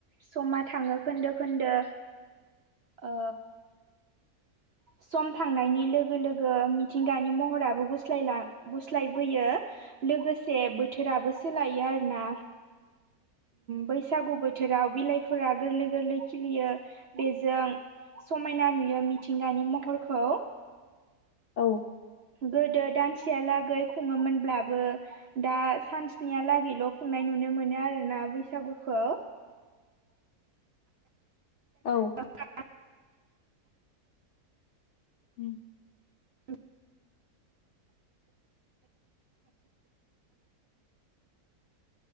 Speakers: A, on the right; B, on the left.
A: समा थाङो खोनदो खोनदो ओ सम थांनायनि लोगो लोगो मिथिंगानि महराबो गस्लायलां गुस्लायबोयो लोगोसे बोथोराबो सोलायो आरोना बैसागु बोथोराव बिलाइफोरा गोरलै गोरलै खिलियो बेजों समायना नुयो मिथिंगानि महरखौ ओ
B: औ
A: गोदो दानसेयालागै खुङोमोनब्लाबो दा सानसिनियालागैल' खुंनाय नुनो मोनो आरोना बैसागुखौ
B: औ
A: द <unintelligible>
B: उम
A: औ